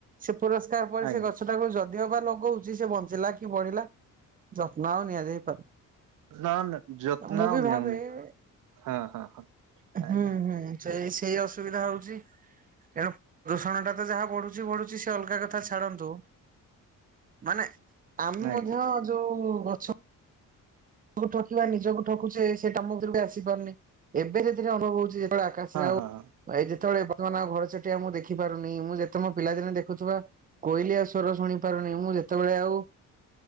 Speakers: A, on the right; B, on the right.
A: ସେ ପୁରସ୍କାର ପରେ
B: ଆଜ୍ଞା।
A: ସେ ଗଛ ସେଟାକୁ ଯଦି ଓବା ଲଗୋଉଚି ସେ ବଞ୍ଚିଲା କି ବଢିଲା ଯତ୍ନ ଆଉ ନିଆଯାଇପାରୁନି
B: ନା ନା ଯତ୍ନ
A: ମୁଁ
B: ଆଉ
A: ବି ଭାବେ
B: ନେଉନି
A: ହୁଁ
B: ହଁ ହଁ ହଁ ଆଜ୍ଞା
A: ହୁଁ। ସେଇ ସେଇ ଅସୁବିଧା ହଉଚି ତେଣୁ ରୋଷଣଟା ତ ଯାହା ବଢ଼ୁଚି ବଢୁଚି ସେ ଅଲଗା କଥା ଛାଡ଼ନ୍ତୁ ମାନେ ଆମେ
B: ଆଜ୍ଞା
A: ମଧ୍ୟ ଯୋଉ ଗଛ ଠକିବା ନିଜକୁ ଠକୁଚେ ସେଇକାମ ଭିତରେ ଆସି ପାରୁନେ ଏବେ ସେଥିରେ ଅନୁଭବ ହଉଚି। <unintelligible> ଆସିଲେ
B: ହଁ
A: ଆଉ
B: ହଁ ହଁ।
A: ଏ ଯେତେବେଳେ ବର୍ତ୍ତମାନେ ଆଉ ଘର ଚଟିଆ ମୁଁ ଦେଖିପାରୁନି ମୁଁ ଯେତେ ମୋ ପିଲାଦିନେ ଦେଖୁଥିବା କୋଇଲିଆ ସ୍ୱର ଶୁଣିପାରୁନି ମୁଁ ଯେତେବେଳେ ଆଉ